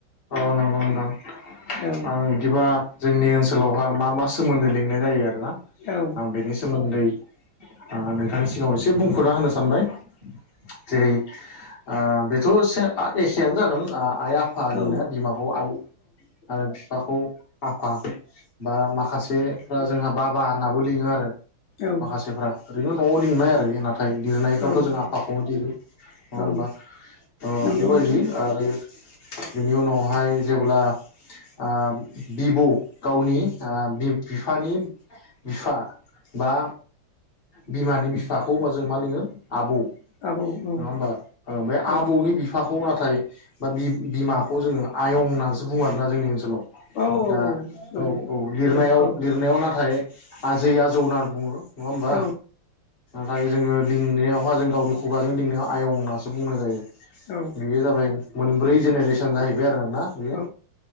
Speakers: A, on the left; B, on the left.
A: औ नंगौ नोंथां
B: औ।
A: आं बिदिबा जोंनि ओनसोलावहा मा मा सोमोन्दो लिंनाय जायो आरो। ना
B: औ
A: आं बेनि सोमोन्दै। आ नोंथांनि सिगाङाव एसे बुंफोरना होनो सानबाय। जेरै ओ बेथ' से एखेयानो जागोन। आइ-आफा लिंनो
B: औ
A: बिमाखौ आइ आरो बिफाखौ आफा। बा माखासेफ्रा जोंहा बाबा होननाबो लिङो आरो।
B: औ
A: माखासेफ्रा ओरैनो न'आव लिंनाय आरो नाथाय लिरनायफ्रावथ'
B: औ औ
A: जों आफाखौनो लिरो। नङा
B: औ
A: होनबा ओ
B: नंगौ
A: बेबायदि
B: नोंथां
A: आरो बेनि उनावहाय जेब्ला आ बिबौ गावनि आ बि बिफानि बिफा बा बिमानि बिफाखौ अब्ला जों मा लिङो आबौ
B: आबौ औ
A: नङा होमबा ओ बे
B: औ
A: आबौनि बिफाखौ ना थाय बा बिमाखौ जोङो आयं होननानैसो बुङो आरोना जोंनि ओनसोलाव
B: औ औ
A: दा
B: सरि
A: औ औ लिरनायाव
B: बेयाव औ
A: लिरनायाव नाथाय आजै आजौ होनना बुङो नङा होमबा
B: औ
A: नाथाय जोङो लिंनायावहा जों गावनि खुगाजों लिंनायाव आयं होननासो बुंनाय जायो
B: औ
A: बेयो जाबाय मोनब्रै जेनेरेसन जाहैबाय आरोना बेयो
B: औ